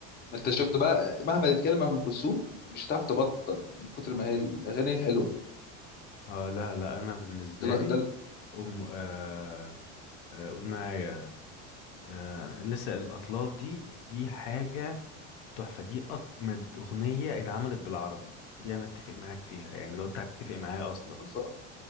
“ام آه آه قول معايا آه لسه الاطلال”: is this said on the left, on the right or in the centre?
Left